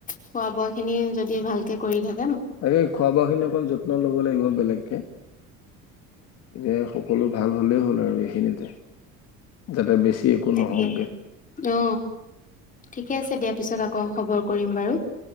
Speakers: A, on the left; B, on the left.
A: খোৱা বোৱা খিনি যদি ভালকে কৰি থাক
B: তাকে খোৱা বোৱাখিনি অকমান যত্ন লব লাগিব বেলেগকে এতিয়া সকলো ভাল হ'লেই হ'ল আৰু এইখিনিতে, যাতে বেছি একো
A: তাকে
B: নহওকগে।
A: অ ঠিকে আছে দিয়া পিছত আকৌ খবৰ কৰিম বাৰু।